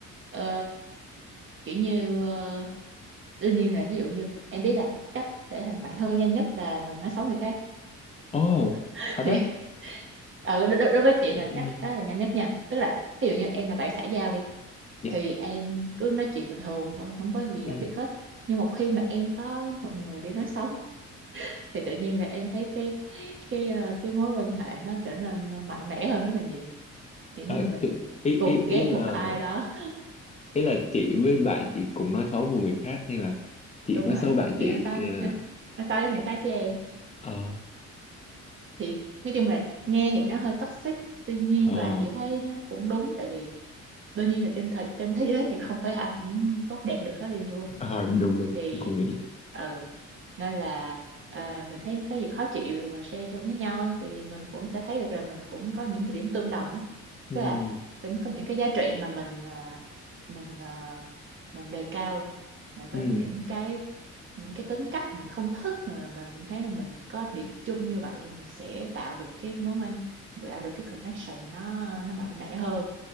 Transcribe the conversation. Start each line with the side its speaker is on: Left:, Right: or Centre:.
Right: ờ, kiểu như ờ, đương nhiên là ví dụ như em biết là cách để thành bạn thân nhanh nhất là mình nói xấu người khác
Left: ồ
Right: <laughs>
Left: thật á
Right: thì. Ờ, đối, đối đối với chị là
Left: <clears throat>
Right: cái
Left: Ừ,
Right: cách đó là nhanh nhất nha tức là ví dụ như em là bạn xã giao đi
Left: dạ
Right: thì em cứ nói chuyện bình thường thôi không có gì
Left: ừ.
Right: đặc biệt hết nhưng một khi mà em có một người để nói xấu thì tự nhiên là em thấy cái cái ờ, cái mối quan hệ nó trở nên ờ, mạnh mẽ hơn rất là nhiều kiểu
Left: Ờ,
Right: như mình
Left: tự- ý ý
Right: cùng
Left: ý
Right: ghét
Left: là
Right: một ai đó
Left: ý là chị với bạn chị cùng nói xấu một người khác hay là chị
Right: đúng
Left: nói
Right: rồi
Left: xấu bạn
Right: chị
Left: chị
Right: nói nói
Left: ờ
Right: nói nói xấu đến người khác chứ em
Left: ờ
Right: thì nói chung là nghe thì nó hơi toxic tuy nhiên
Left: ờ
Right: là chị thấy nó cũng đúng tại vì đương nhiên là trên thế trên thế giới này không phải ai cũng tốt đẹp được hết đi luôn
Left: ờ, đúng đúng
Right: thì
Left: em cũng nghĩ vậy
Right: ừ nên là à, mình thấy có gì khó chịu mà share chung với nhau ấy, thì mình cũng sẽ thấy được là mình cũng có những cái điểm tương đồng á
Left: ừ
Right: tức là cũng có những cái giá trị mà mình à, mình à, mình đề cao mà có
Left: ừ
Right: những cái những cái tính cách mình không thích mà, mà mình thấy là mình có điểm chung như vậy thì mình sẽ tạo được cái mối quan tạo được cái connection nó nó mạnh mẽ hơn